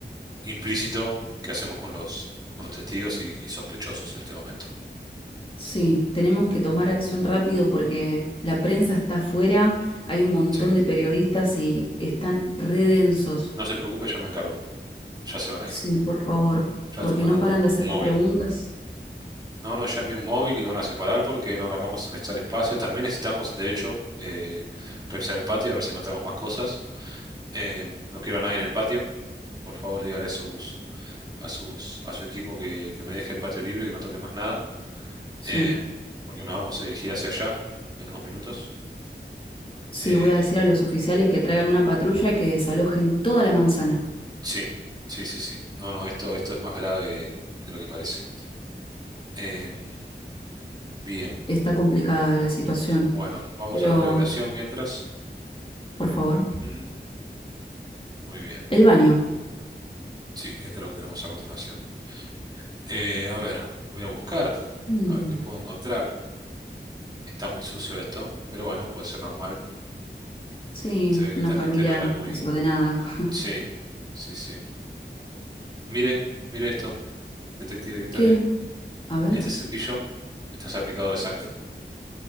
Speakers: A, on the right (about 20°); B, on the left (about 30°).
A: implícito que hacemos con los, con los testigos y, y sospechosos en este momento.
B: Sí, tenemos que tomar acción rápido porque la prensa está afuera, hay un montón
A: Sí,
B: de periodistas y están redensos.
A: no se preocupe, yo me encargo. Ya se van a
B: Sí,
A: ir.
B: por favor,
A: Ya
B: porque
A: estoy mandando
B: no paran
A: un,
B: de hacerme
A: un móvil.
B: preguntas.
A: No, no, ya envié un móvil y van a separar porque no, no acabamos de necesitar espacio. También necesitamos, de hecho, eh, revisar el patio a ver si encontramos más cosas. Eh, no quiero a nadie en el patio. Por favor, dígale a sus, a sus, a su equipo que, que me deje el patio libre, que no toque más nada.
B: Sí.
A: eh, porque nos vamos a dirigir hacia allá en unos minutos.
B: Sí,
A: Eh,
B: voy a decir a los oficiales que traigan una patrulla y que desalojen toda la manzana.
A: sí, sí, sí, sí. No, no, esto, esto es más grave de lo que parece. Em, bien,
B: Está complicada la situación,
A: bueno, vamos
B: pero
A: a la otra habitación mientras.
B: por favor,
A: Mm, muy bien.
B: el baño.
A: Sí, esto es lo que tenemos a continuación. Eh, a ver, voy a buscar,
B: Mm,
A: a ver qué puedo encontrar. Está muy sucio esto, pero bueno, puede ser normal.
B: sí,
A: Se ve que
B: una
A: esta
B: familia
A: gente no era muy...
B: desordenada. <laughs>
A: Sí, sí, sí. Mire, mire esto, detective Victoria.
B: ¿Qué? A ver,
A: Este cepillo está salpicado de sangre.